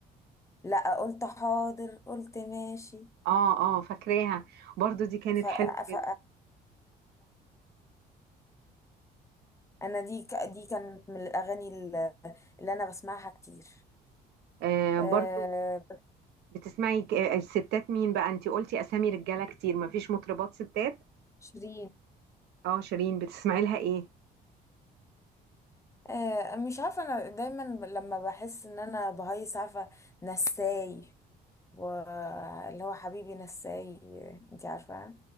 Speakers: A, on the left; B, on the right.
A: لا قلت حاضر قلت ماشي
B: اه اه فاكراها برضو دي كانت
A: ف...
B: حلوة
A: ف...
B: جدا
A: انا دي ك- دي كانت من الاغاني ال- اللي انا بسمعها كتير
B: آه
A: آه،
B: برضو بتسمعي ك- آه، الستات مين بقى أنتي قلتي أسامي رجالة كتير مفيش مطربات ستات
A: شيرين
B: اه شيرين بتسمعي لها إيه
A: آه، مش عارفه انا دايما لما بحس ان انا بهيص عارفه نساي واللي هو حبيبي نساي انت عارفه